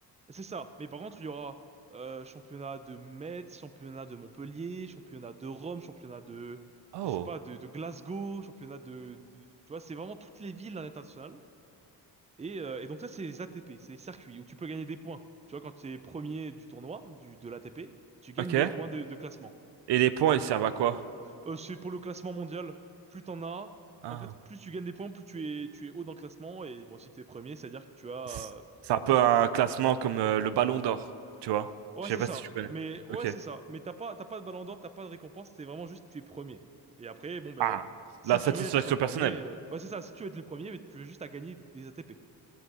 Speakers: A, on the right (about 15°); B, on the right (about 80°).
A: C'est ça. Mais par contre, il y aura euh, championnat de Metz, championnat de Montpellier, championnat de Rome, championnat de,
B: Oh,
A: je sais pas, de, de Glasgow, championnat de, de- tu vois, c'est vraiment toutes les villes à l'international. Et, euh, et donc ça, c'est les ATP, c'est les circuits où tu peux gagner des points. Tu vois, quand tu es premier du tournoi, du, de l'ATP, tu gagnes
B: ok.
A: des points de, de classement.
B: Et les points, ils servent à quoi?
A: Euh, c'est pour le classement mondial. Plus t'en as,
B: Ah.
A: en fait, plus tu gagnes des points, plus tu es, tu es haut dans le classement. Et bon, si t'es premier, c'est-à-dire que tu as
B: C'est
A: euh,
B: c'est un peu
A: plus
B: un
A: de points que
B: classement
A: tout le monde.
B: comme euh, le Ballon d'Or, tu vois?
A: Ouais,
B: Je sais
A: c'est
B: pas
A: ça.
B: si tu connais.
A: Mais ouais,
B: Ok.
A: c'est ça. Mais t'as pas, t'as pas de ballon d'or, t'as pas de récompense, c'est vraiment juste tu es premier. Et après, bon ben,
B: Ah,
A: si
B: la
A: tu
B: satisfaction
A: veux être le
B: personnelle.
A: premier, euh, ouais, c'est ça. Si tu veux être le premier, mais tu veux juste à gagner des ATP.